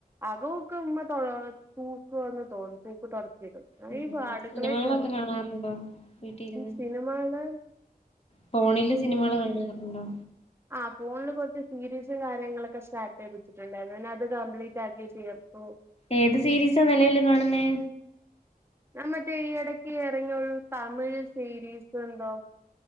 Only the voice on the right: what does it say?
അ <unintelligible> തോന്നും തൂക്ക് തൊട <unintelligible>
അടുക്കളെ
കേയറും
സിനിമകയുടെ
ആ ഫോണില് കുറച്ച് സീരീസും കാര്യങ്ങളൊക്കെ സ്റ്റാർട്ട ആയി വച്ചിട്ടുണ്ടായിരുന്നു അത് കംപ്ലീറ്റ് ആക്കി തീർത്തു.
മ്മറ്റേ ഈ ഇടക്ക് ഇറങ്ങിയുള്ളൂ തമിഴ് സീരീസ് എന്തോ?